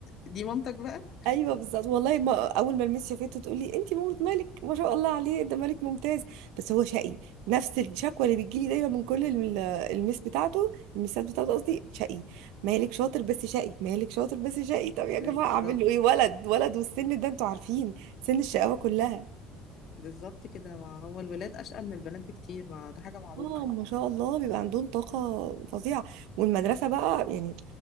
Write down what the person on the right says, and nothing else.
ايوه بالظبط والله ما اول ما الميس شافته تقول لي انت مامة مالك ما شاء الله عليه ده مالك ممتاز بس هو شقي نفس الشكوى اللي بتجيلي دايما من كل الم- الميس بتاعته الميسات بتاعته قصدي شقي مالك شاطر بس شقي مالك شاطر بس شقي طب يا
جماعه اعمل له ايه ولد ولد والسن ده انتوا عارفين سن الشقاوه كلها
اه
ما شاء الله بيبقى عندهم طاقه فظيعه والمدرسه بقى يعني